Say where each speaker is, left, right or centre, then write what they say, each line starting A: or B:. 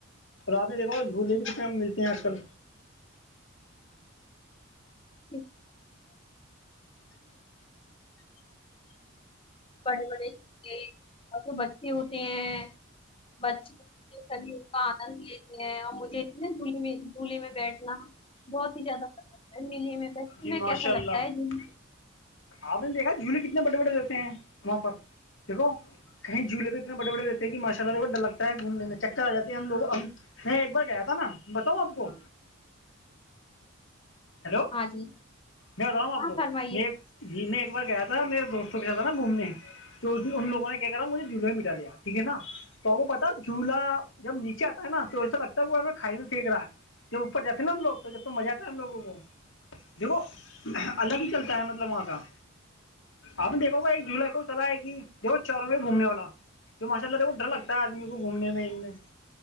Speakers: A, on the left (about 60°); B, on the left (about 25°).
A: آپ نے دیکھا جھولے بھی کتنے ملتے ہیں آج کل
B: <inaudible> بڑے بڑے اور بچے ہوتے ہیں بچے سبھی کا آنند لیتے ہیں اور مجھے نا جھولے میں جھولے میں بیٹھنا بہت ہی زیادہ پسند ہے اسی لیے میں بیٹھ
A: جی
B: میں
A: ماشاء
B: کیسا
A: اللہ
B: لگتا ہے جھولی
A: آپ نے دیکھا جھولے کتنے بڑے بڑے دہتے ہیں وہاں پر دیکھو کہیں جھولے تو اتنے بڑے بڑے رہتے ہیں ماشاء االلہ دیکھو ڈر لگتا ہے گھومنے میں چکر آ جاتے ہم لوگ ہم میں ایک بار گیا تھا نا بتاؤں آپ کو ہیلو
B: ہاں جی
A: میں بتاؤں آپ
B: ہاں
A: کو
B: فرمائیے
A: میں جی میں ایک بار گیا تھا میرے دوستوں کے ساتھ تھا نا گھومنے تو ان لوگوں نے کیا کرا مجھے جھولے میں بیٹا لیاٹھیک ہے نا تو وہ پتا جھلا جب نیچے آتا ہے نا تو ایسا لگتا ہے وہ ہمےکھائی میں پھینک رہا ہے جب اوپر جات نا ہم لوگ جب تو ماجہ ہم لوگوں کو دیکھو الگ ہی چلتا ہے مطلب وہاں کا آپ دیکھو گا ایک جھلا کو چلائے گی دیکھو چاروں پاۓ گھومنے والا جو ماشاء اللہ وہ ڈر لگتا ہے آدمی کو گھومنے میں ان میں